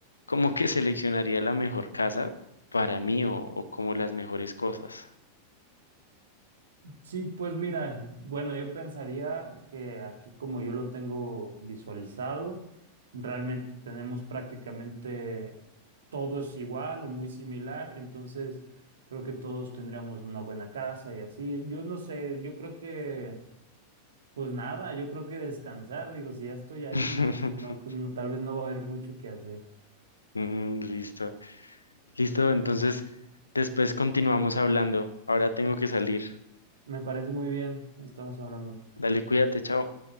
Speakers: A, on the left; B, on the right.
A: como que seleccionaría la mejor casa para mí o o como las mejores cosas.
B: Sí, pues mira, bueno, yo pensaría que aquí como yo lo tengo visualizado, realmente tenemos prácticamente todo es igual o muy similar, entonces creo que todos tendríamos una buena casa y así. Yo no sé, yo creo que, pues nada, yo creo que descansar, digo, si ya estoy ahí,
A: <laughs>
B: no, no, tal vez no va a haber mucho que hacer.
A: Mm, listo. Listo, entonces después continuamos hablando. Ahora tengo que salir.
B: Me parece muy bien, ahí estamos hablando.
A: Dale, cuídate, chao.